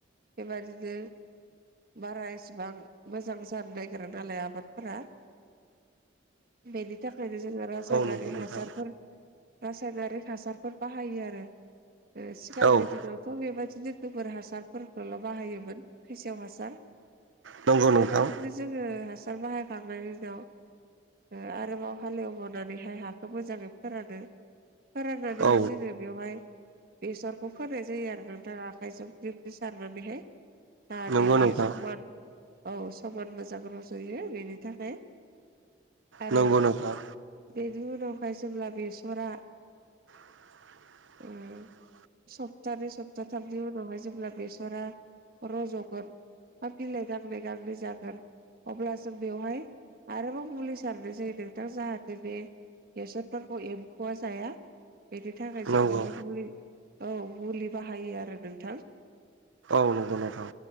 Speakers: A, on the right; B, on the right.
A: बेबादिनो बारा इसिबां मोजां जानो नागिरा नालाय आबादफोरा बेनिथाखायनो जोङो रासाइनारि
B: औ नंगौ नोंथां
A: हासारफोर रासायनारि हासारफोर बाहायो आरो ओ सिगांनि
B: औ
A: दिनावथ' बेबायदिनो गोबोर हासारफोरखौल' बाहायोमोन फेसेव हासार
B: नंगौ नंगौ नोंथां
A: बेबायदिनो जोङो हासार बाहायखांनायनि उनाव ओ आरोबाव हालेवबनानैहाय हाखौ मोजाङै फोरानो। फोराननानैहाय
B: औ
A: जोङो बेवहाय बेसरखौ फोनाय जायो आरो नोंथां आखाइजों फ्रि फ्रि सारनानैहाय जाहाथे
B: नंगौ
A: बियो
B: नोंथां
A: समान औ समन मोजां रज'यो बेनि थाखाय आरो
B: नंगौ नोंथां
A: बेनि उनावहाय जेब्ला बेसरा
B: <inaudible>
A: ओ सप्तानै सप्ताथामनि उनावहाय जेब्ला बेसरा रज'गोन बा बिलाइ गांलै गांलै जागोन अब्ला जों बेवहाय आरोबाव मुलि सारनाय जायो नोंथां जाहाथे बे बेसर फोरखौ एम्फौआ जाया बेनि थाखाय
B: नंगौ
A: जों बेवहाय मुलि औ मुलि बाहायो आरो नोंथां
B: औ नंगौ नोंथां